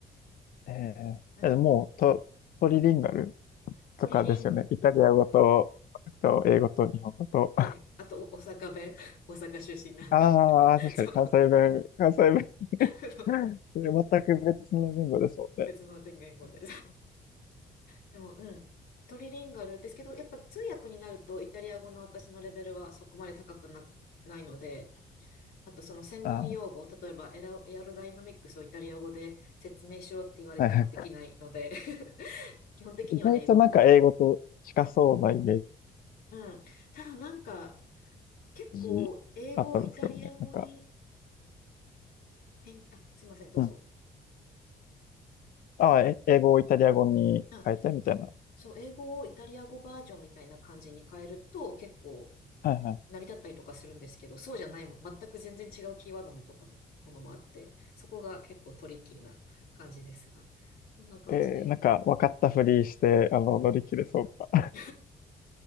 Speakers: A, on the left (about 65°); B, on the left (about 80°).
A: あ、えー、
B: うん。
A: え、もうと、トリリンガル
B: トリリン、
A: とかですよね。イタリア語と、と英語と日本語と。
B: はい。あと、お大阪弁。<laughs> 大阪出身なんで。
A: ああ、確かに関西弁、
B: <laughs> そう。<laughs>
A: 関西弁、
B: あの
A: <laughs> それ全く別の言語ですもんね。
B: 別の言語ででも、うん。トリリンガルですけど、やっぱ通訳になるとイタリア語の私のレベルはそこまで高くなく、ないので、あとその専門用語、
A: ああ、
B: 例えばエラ、エアロダイナミックスをイタリア語で説明しろって言われてもできないので、
A: はいはい
B: <laughs> 基本的には英語と。
A: 意外となんか英語と近そうなイメー
B: うん。ただなんか、結構英語をイタリア語に
A: ジあったんですけどね。なんか、
B: 変、あ、すいません、どうぞ。
A: うん。ああ、え英語をイタリア語に変えてみたいな。
B: あ、そう。そう、英語をイタリア語バージョンみたいな感じに変えると結構
A: はいはい。
B: 成り立ったりとかするんですけど、そうじゃないも、全く全然違うキーワードのとかのものもあって、そこが結構トリッキーな感じですが、こんな感じで。
A: <laughs> えー、なんか分かったふりして、あの、乗り切れそうか。
B: <laughs> あ